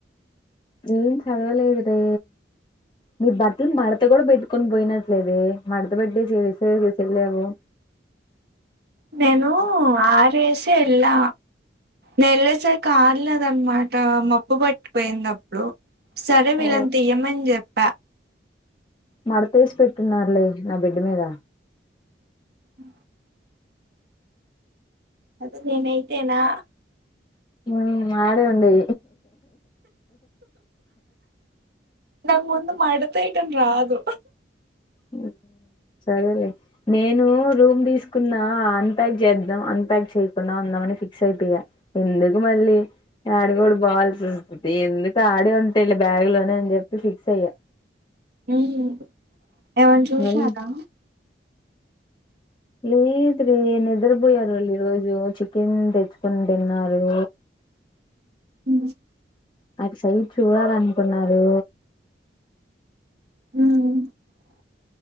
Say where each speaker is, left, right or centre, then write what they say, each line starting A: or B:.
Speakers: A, on the left; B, on the right.
A: ఏం చదవలేదురా నీ బట్టలు మడత కూడా పెట్టుకొని పోయినట్లేదే మడత పెట్టేసి తీసే తీసెళ్ళేవో
B: నేను ఆరేసి ఎళ్లా నెళ్ళేసరికి అరలేదనమాట మప్పు పట్టిపోయింది అప్పుడు సరే వీళ్ళని
A: ఓ
B: తియ్యమని చెప్పా
A: మడతేసి పెట్టున్నారులే నా బెడ్ మీద
B: అ అదే నేనైతేనా
A: ఉమ్మ్ అడే ఉండేది
B: నాకు ముందు మడతేయటం రాదు
A: ఉ సరేలే నేనూ రూమ్ తీసుకున్నా అన్పాక్ చేద్దాం అన్పాక్ చెయ్యకుండా ఉన్ ఉందామని ఫిక్స్ అయిపోయా ఎందుకు మళ్ళీ డాడి గూడ బాల్స్ <unintelligible> ఎందుకు ఆడే ఉండ్ టే ఈళ్ళ బ్యాగ్ లోనే అని చెప్పి ఫిక్స్ అయ్యా.
B: ఊహు ఏమన్న్ చూశారా
A: మరి లేదు వే నిద్రపోయారు వాళ్ళు ఈ రోజూ చికెన్ తెచ్చుకొని తిన్నారు.
B: ఉ
A: అటు సైడ్ చూడాలనుకున్నారూ.
B: <unintelligible>